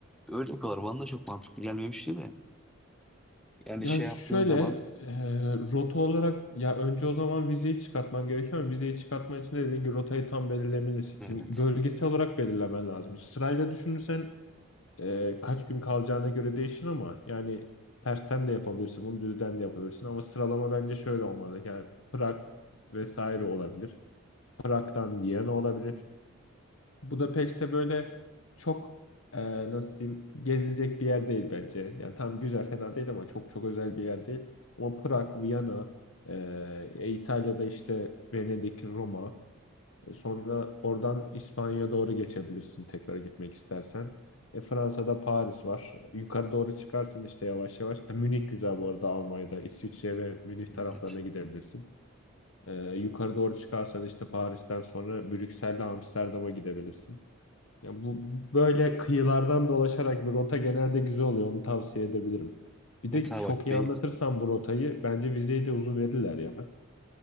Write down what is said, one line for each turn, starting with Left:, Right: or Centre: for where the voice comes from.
Centre: öyle yapıyorlar. Bana da çok mantıklı gelmemişti de. Yani
Left: Ya
Centre: şey
Left: şöyle
Centre: yaptığın zaman
Left: e, rota olarak ya önce o zaman vizeyi çıkartman gerekiyor ama vizeyi çıkartman için de dediğin gibi rotayı tam belirlemelisin.
Centre: evet.
Left: Şimdi bölgesel olarak belirlemen lazım. Sırayla düşünürsen Ee, kaç gün kalacağına göre değişir ama yani tersten de yapabilirsin, bunu düzden de yapabilirsin ama sıralama bence şöyle olmalı. Yani Prag vesaire olabilir. Prag'dan Viyana olabilir. Budapeşte böyle çok e, nasıl diyeyim gezilecek bir yer değil bence. Yani tam güzel fena değil ama çok çok özel bir yer değil. Ama Prag, Viyana, e, İtalya'da işte Venedik, Roma. E, Sonra oradan İspanya'ya doğru geçebilirsin tekrar gitmek istersen. E, Fransa'da Paris var. Yukarı doğru çıkarsın işte yavaş yavaş. E, Münih güzel bu arada Almanya'da. İsviçre ve Münih taraflarına
Centre: Evet.
Left: gidebilirsin. E, yukarı doğru çıkarsan işte Paris'ten sonra Brüksel'le Amsterdam'a gidebilirsin. Ya bu böyle kıyılardan dolaşarak bir rota genelde güzel oluyor. Onu tavsiye edebilirim. Bir
Centre: Evet
Left: de
Centre: abi
Left: çok
Centre: bak
Left: iyi
Centre: be,
Left: anlatırsan bu rotayı bence vizeyi de uzun verirler ya.